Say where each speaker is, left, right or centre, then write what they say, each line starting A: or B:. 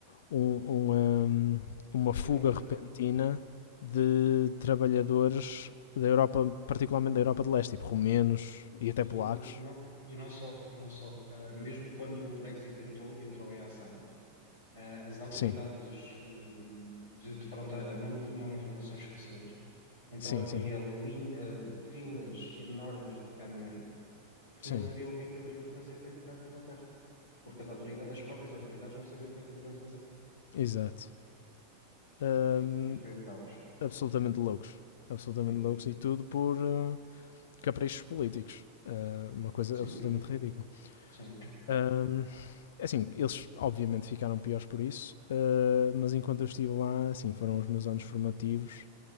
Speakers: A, on the left; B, on the left.
A: um- uma, uma fuga
B: E, durante,
A: repentina de trabalhadores da Europa, particularmente da Europa de Leste, tipo romenos e até
B: e,
A: polacos.
B: n- não, e não só, e não só. Ah, mesmo quando o Brexit entrou, entrou em ação, ah, as autoridades
A: Sim,
B: eh, de, de fronteira não tinham informações suficientes, então
A: sim,
B: havia
A: sim,
B: lin- ah, filas enormes de caminhões que
A: sim,
B: não sabiam o que é que haveriam de fazer para entrar na Inglaterra, porque as autoridades, as próprias autoridades não sabiam o que é que haveriam de fazer.
A: exato. Hum,
B: E f- f- foi o caos.
A: absolutamente loucos, absolutamente
B: Foi,
A: loucos e tudo por eh, caprichos políticos. Eh, uma coisa
B: sem
A: absolutamente
B: dúvida.
A: ridícula.
B: Sim.
A: Hum, assim, eles obviamente ficaram piores por isso, eh, mas enquanto eu estive lá, assim, foram os meus anos formativos